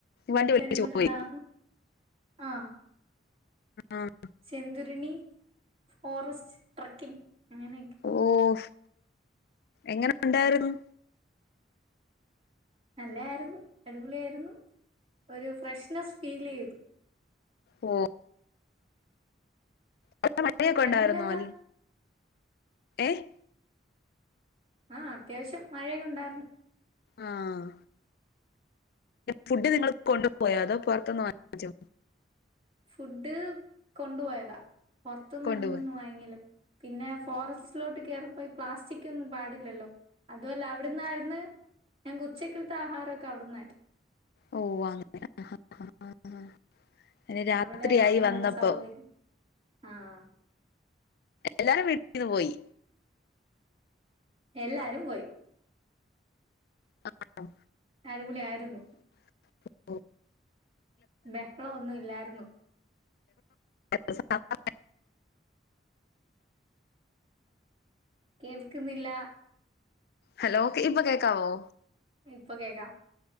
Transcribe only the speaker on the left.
വണ്ടി വിളിച്ചു
പോയി
ആഹ്
ഓഹ് എങ്ങനെ ഒണ്ടാരുന്നു
ഓ അവിടെ മഴയൊക്കെ
ഉണ്ടായിരുന്നോ അൽ ഏഹ്
ആഹ് ഫുഡ് നിങ്ങള് കൊണ്ടു പോയൊ അതോ പൊറത്തിന്ന് വാ ങ്ങിച്ചോ
കൊണ്ടുപോയി
ഓ അങ്ങനെ ആഹ് ആഹ് അങ്ങനെ രാത്രിയായി
വന്നപ്പൊ
എല്ലാരും വീട്ടിന്ന് പോയി
ആഹ്
<inaudible>
എ <unintelligible>
ഹലോ ഇപ്പൊ കേൾക്കാവോ